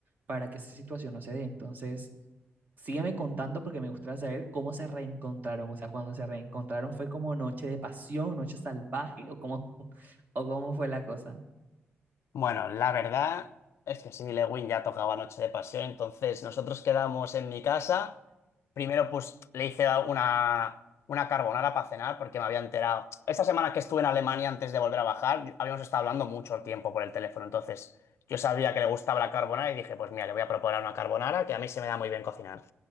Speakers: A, on the right; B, on the left.
A: para que esa situación no se dé. Entonces, sígueme contando porque me gustaría saber cómo se reencontraron, o sea, cuando se reencontraron fue como noche de pasión, noche salvaje o cómo, <laughs> o cómo fue la cosa.
B: Bueno, la verdad es que Sidney Lewin ya tocaba Noche de Pasión, entonces nosotros quedamos en mi casa. Primero, pues le hice una, una carbonara para cenar porque me había enterado. Esta semana que estuve en Alemania antes de volver a bajar, habíamos estado hablando mucho tiempo por el teléfono, entonces yo sabía que le gustaba la carbonara y dije, pues mira, le voy a proponer una carbonara que a mí se me da muy bien cocinar.